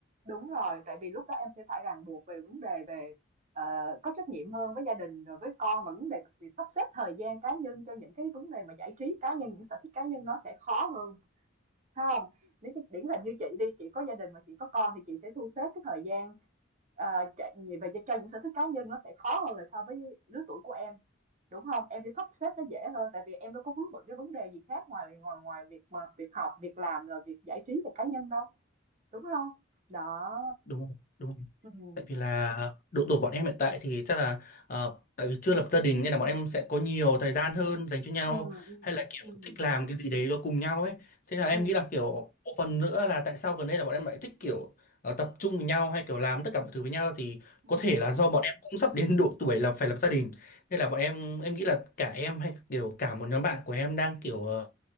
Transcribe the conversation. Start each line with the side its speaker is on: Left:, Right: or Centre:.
Right: Đúng rồi, tại vì lúc đó em sẽ phải ràng buộc về vấn đề về, ờ, có trách nhiệm hơn với gia đình rồi với con, và vấn đề việc sắp xếp thời gian cá nhân cho những cái vấn đề mà giải trí cá nhân, những sở thích cá nhân nó sẽ khó hơn, phải không Nếu như điển hình như chị đi, chị có gia đình mà chị có con thì chị sẽ thu xếp cái thời gian, ờ, chạy về về cho những sở thích cá nhân nó sẽ khó hơn là so với lứa tuổi của em, đúng không Em sẽ sắp xếp nó dễ hơn, tại vì em đâu có vướng bận cái vấn đề gì khác ngoài ngoài ngoài việc mà việc học, việc làm, rồi việc giải trí về cá nhân đâu, đúng không Đó,
Left: đúng không? đúng
Right: ừm.
Left: tại vì là độ tuổi bọn em hiện tại thì chắc là ờ, tại vì chưa lập gia đình nên là bọn em sẽ có nhiều thời gian hơn dành cho nhau
Right: Ừm, ừm,
Left: hay là kiểu
Right: ừm,
Left: thích làm cái gì đấy đó cùng nhau ấy thế là em
Right: ừm,
Left: nghĩ là kiểu một phần nữa là tại sao gần đây là bọn em lại thích kiểu ờ, tập trung với nhau hay kiểu làm tất cả mọi thứ với nhau thì
Right: ừm,
Left: có thể
Right: ừm,
Left: là do bọn em cũng sắp đến độ tuổi là phải lập gia đình nên là bọn em em nghĩ là cả em hay kiểu cả một nhóm bạn của em đang kiểu ờ,